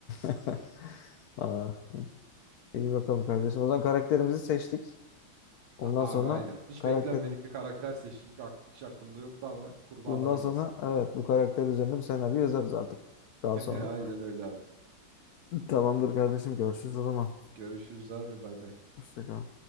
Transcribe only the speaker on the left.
<laughs> Aa, iyi bakalım kardeşim. O zaman karakterimizi seçtik. Ondan
sonra
karakterim.
Bundan
sonra
evet bu karakter üzerine bir senaryo yazarız artık.
Daha sonra.
Tamamdır kardeşim. Görüşürüz o zaman.
Hoşça kal.